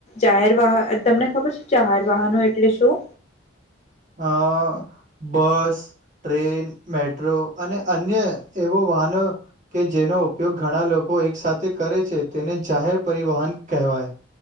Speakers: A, on the left; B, on the right.
A: જાહેર વાહન તમને ખબર છે, જાહેર વાહનો એટલે શું?
B: હા, બસ, ટ્રેન, મેટ્રો અને અન્ય એવો વાહનો કે જેનો ઉપયોગ ઘણા લોકો એક સાથે કરે છે, તેને જાહેર પરિવહન કહેવાય